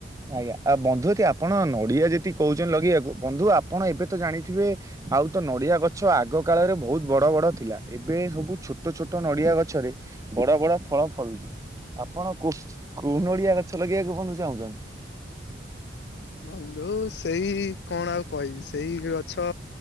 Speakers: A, on the right; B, on the left.
A: ଆଜ୍ଞା ଆଉ ବନ୍ଧୁ ଯଦି ଆପଣ ନଡିଆ ଯଦି କହୁଛନ୍ତି ଲଗେଇବାକୁ। ବନ୍ଧୁ ଆପଣ ଏବେ ତ ଜାଣିଥିବେ, ଆଉ ତ ନଡିଆ ଗ ଛ ଆଗ କାଳରେ ବହୁତ ବଡ ବଡ ଥିଲା। ଏବେ ସବୁ ଛୋଟ ଛୋଟ ନଡିଆ ଗଛରେ ବଡ ବଡ ଫ ଳ ଫଳୁଛି। ଆପଣ କୋ କୋଉ ନଡିଆ ଗଛ ଲଗେଇବାକୁ ବନ୍ଧୁ ଚାହୁଁଛନ୍ତି?
B: ବନ୍ଧୁ ସେଇ କଣ ଆଉ କହିବି, ସେଇ ଗଛ